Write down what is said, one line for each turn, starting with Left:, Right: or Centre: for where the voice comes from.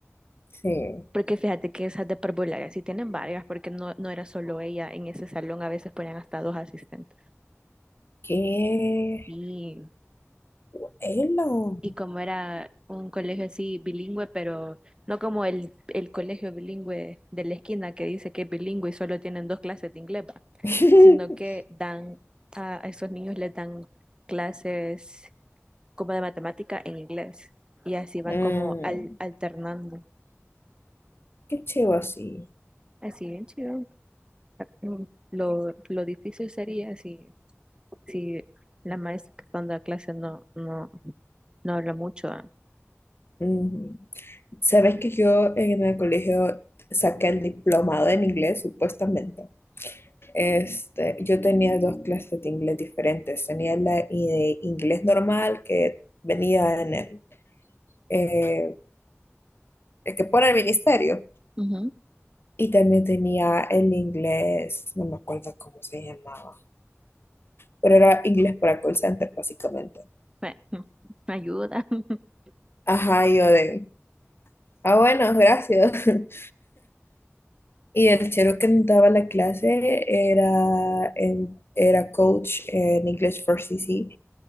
Left: sí.
Right: Porque fíjate que esas de parvularia sí tienen varias, porque no, no era solo ella en ese salón, a veces ponían hasta dos asistentes.
Left: Qué
Right: Y
Left: bueno.
Right: Y como era un colegio así bilingüe, pero no como el, el colegio bilingüe de la esquina que dice que es bilingüe y solo tienen dos clases de inglés, va,
Left: <laughs>
Right: sino que dan a a esos niños les dan clases como de matemática en inglés y así van
Left: Mm.
Right: como al- alternando.
Left: Qué chivo así.
Right: Así bien chido. Mm, Lo, lo difícil sería si, si la maestra que está dando la clase no, no, no habla mucho. ah.
Left: Ujú. Sabes que yo en el colegio saqué el diplomado en inglés, supuestamente. Este, yo tenía dos clases de inglés diferentes. Tenía la i- de inglés normal que venía en el, eh, el que pone el ministerio.
Right: Ujú.
Left: Y también tenía el inglés, no me acuerdo cómo se llamaba, pero era inglés para call center, básicamente.
Right: Me- me ayuda. <laughs>
Left: Ajá, y yo de, ah, bueno, gracias. <laughs> Y el chero que nos daba la clase era, el- era coach en English for CC.